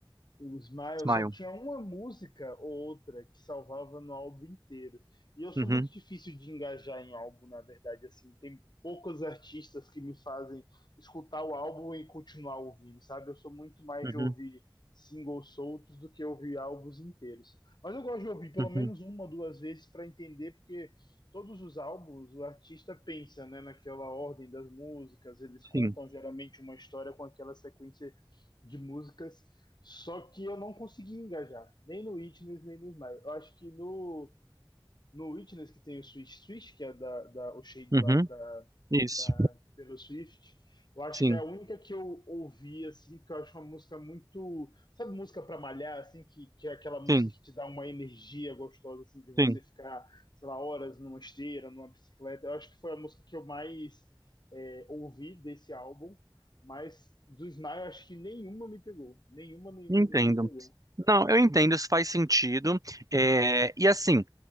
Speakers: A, on the left; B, on the right.
A: O Smile
B: Smile.
A: só tinha uma música ou outra que salvava no álbum inteiro. E eu sou
B: Uhum,
A: muito difícil de engajar em álbum, na verdade, assim, tem poucos artistas que me fazem escutar o álbum e continuar ouvindo, sabe? Eu sou muito mais
B: uhum,
A: de ouvir singles soltos do que ouvir álbuns inteiros. Mas eu gosto de ouvir pelo
B: uhum,
A: menos uma ou duas vezes para entender, porque todos os álbuns o artista pensa, né, naquela ordem das músicas, eles contam
B: sim.
A: geralmente uma história com aquela sequência de músicas só que eu não consegui engajar, nem no Witness, nem no Smile. Eu acho que no, no Witness, que tem o Switch Switch, que é da, da, o shade
B: Uhum,
A: lá pra
B: isso.
A: pra Taylor Swift. Eu acho
B: Sim,
A: que é a única que eu ouvi, assim, porque eu acho uma música muito. Sabe, música pra malhar, assim, que, que é aquela música
B: sim,
A: que te dá uma energia gostosa, assim, de você
B: sim.
A: ficar, sei lá, horas numa esteira, numa bicicleta. Eu acho que foi a música que eu mais é, ouvi desse álbum, mas do Smile, eu acho que nenhuma me pegou. Nenhuma, nenhuma,
B: Entendo.
A: nenhuma me pegou.
B: Não, eu entendo, isso faz sentido. É, e assim,